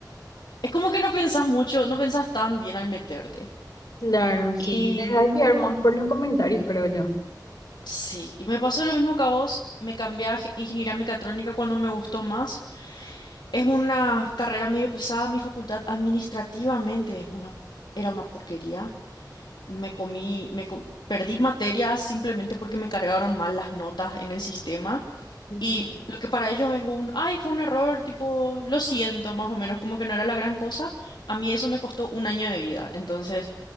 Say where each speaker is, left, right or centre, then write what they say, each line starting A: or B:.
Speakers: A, on the left; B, on the left.
A: Es como que no pensás mucho, no pensás tan bien al meterte.
B: Claro, sí.
A: y
B: Te dejas guiar más por los comentarios, creo yo.
A: Sí, y me pasó lo mismo que a vos, me cambié a ge- ingeniería mecatrónica cuando me gustó más. Es una carrera medio pesada, mi facultad administrativamente es una, era una porquería. Me comí, me co- perdí materias simplemente porque me cargaron mal las notas en el sistema.
B: Ujú,
A: Y lo que para ellos es un, ay, fue un error, tipo, lo siento, más o menos, como que no era la gran cosa. A mí eso me costó un año de vida. Entonces,